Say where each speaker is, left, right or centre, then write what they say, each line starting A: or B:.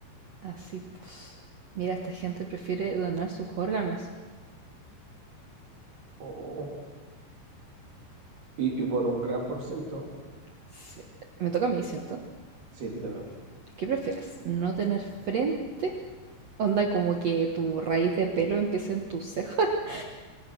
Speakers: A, on the right; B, on the right.
A: Así pues. Mira, esta gente prefiere donar sus órganos.
B: Oh, y, y por un gran por ciento,
A: Sí. Me toca a mí, ¿cierto?
B: sí, te toca a ti. <laughs>
A: ¿Qué prefieres? ¿No tener frente? Onda como que tu raíz de pelo empiece en tu ceja. <laughs>